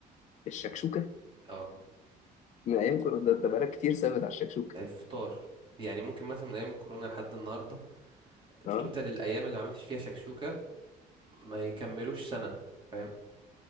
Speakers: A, on the left; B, on the right.
A: الشكشوكة
B: اه
A: من ايام كنا ده ده بقالك كتير ثابت على الشكشوكة
B: الفطار يعني ممكن مثلا من ايام الكورونا لحد النهارده
A: اه
B: توتال الايام اللي ما عملتش فيها شكشوكه ما يكملوش سنه فاهم